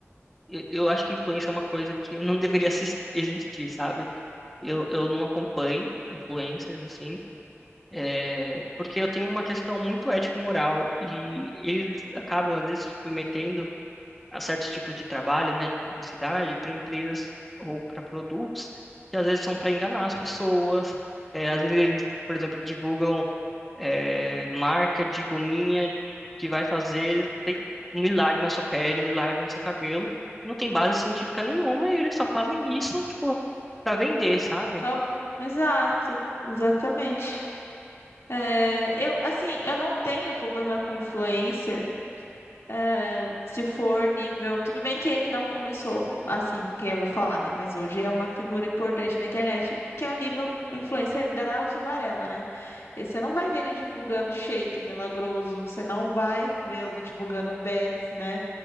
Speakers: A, in the centre; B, on the left (about 70°).
A: eu, eu acho que influência é uma coisa que não <laughs> deveria assis- existir, sabe? Eu, eu não acompanho influencers assim, é, porque eu tenho uma questão muito ética e moral e eles acabam às vezes se submetendo a certos tipos de trabalho, né, de publicidade, para empresas ou para produtos, que às vezes são para enganar as pessoas. É, às vezes eles, por exemplo, divulgam é, marca de gominha que vai fazer tem um milagre na sua pele, um milagre no seu cabelo. Não tem base científica nenhuma e eles só fazem isso, tipo, para vender, sabe?
B: Só- Exato, exatamente. É, eu, assim, eu não tenho problema com influencer. é, se for nível. Tudo bem que ele não começou assim, que eu vou falar, né? Mas hoje é uma figura importante na internet, que é o nível influencer Drauzio Varella, né? E Você não vai ver ele divulgando shake milagroso, você não vai vê-lo divulgando bets, né?